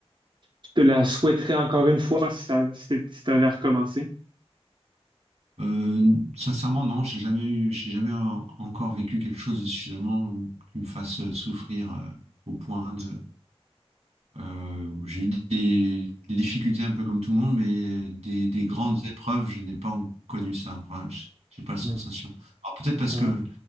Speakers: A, on the right (about 45°); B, on the right (about 80°).
A: tu te la souhaiterais encore une fois si tu avais recommencé?
B: Euh, sincèrement, non, j'ai jamais eu, j'ai jamais en- encore vécu quelque chose de suffisamment qui me fasse souffrir euh, au point de. euh, j'ai eu des, des difficultés un peu comme tout le monde, mais des, des grandes épreuves, je n'ai pas en- connu ça. Enfin, j- j'ai pas la sensation.
A: Mhm.
B: Alors peut-être parce
A: Ouais,
B: que